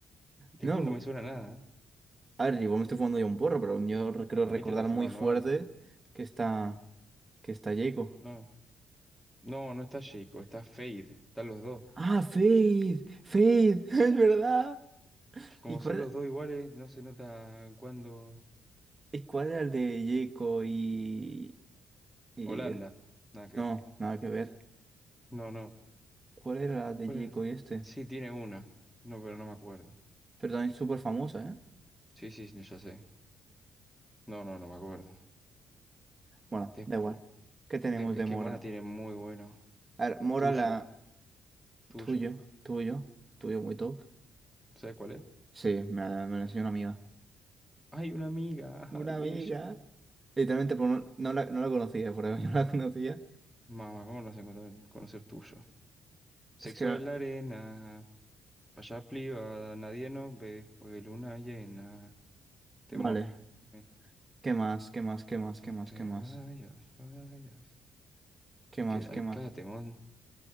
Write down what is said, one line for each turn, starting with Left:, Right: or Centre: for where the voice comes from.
Centre: Te
Right: No,
Centre: juro, no me suena nada. ¿eh?
Right: a ver, igual me estoy fumando yo un porro, pero yo re- creo
Centre: Para
Right: recordar
Centre: mí te está fumando
Right: muy fuerte
Centre: algo.
Right: que está. que está Yoico.
Centre: No. No, no está chico está Fade. Están los dos.
Right: ¡Ah, Faith! ¡Faith! <laughs> ¡Es verdad!
Centre: Que como
Right: ¿Y cuál,
Centre: son los dos iguales, no se nota cuándo.
Right: y cuál era el de Yoico y, y.
Centre: Holanda. Nada que
Right: No,
Centre: ver.
Right: nada que ver.
Centre: No, no.
Right: ¿Cuál era la de
Centre: ¿Cuál
Right: Yoico
Centre: es?
Right: y este?
Centre: Sí, tiene una. No, pero no me acuerdo.
Right: Pero también súper famosa, ¿eh?
Centre: Sí, sí, sí, ya sé. No, no, no me acuerdo.
Right: Bueno,
Centre: Despu-
Right: da igual. ¿Qué tenemos
Centre: de- Es
Right: de
Centre: que
Right: Mora?
Centre: Mona tiene muy bueno.
Right: A ver, Mora
Centre: Tuyo,
Right: la
Centre: tuyo.
Right: tuyo, tuyo, tuyo muy top.
Centre: ¿Sabes cuál es?
Right: Sí, me la, me la enseñó una amiga.
Centre: Hay una amiga, ajá,
Right: Una
Centre: y
Right: amiga.
Centre: ella.
Right: Literalmente por un- no, la, no la conocía, por ahí <laughs> no la conocía.
Centre: Mamá, ¿cómo no vas a encontrar- conocer tuyo? Sexo
Right: Es que era-
Centre: en la arena, pa' allá privada, nadie nos ve, hoy luna llena, temón.
Right: Vale.
Centre: Ven,
Right: ¿Qué más? ¿Qué más? ¿Qué más?
Centre: No
Right: ¿Qué más?
Centre: te
Right: ¿Qué más?
Centre: vayas, vayas.
Right: ¿Qué
Centre: Es
Right: más?
Centre: que hay
Right: ¿Qué más?
Centre: cada temón.